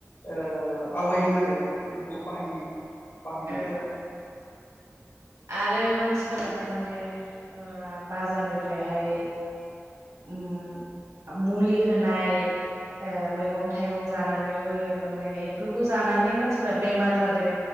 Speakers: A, on the left; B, on the right.
A: ओ आवगायदों आ रो बेफोरखौ बाहायनाय बाहायनायाव।
B: औ आरो मानसिफोराहाय माने ओ बाजारनिफ्रायहाय ओम मुलि होनाय ओ मैगं थाइगं जानानैबो माने बेफोरखौ जानानै मानसिफोरा बेमार जादों।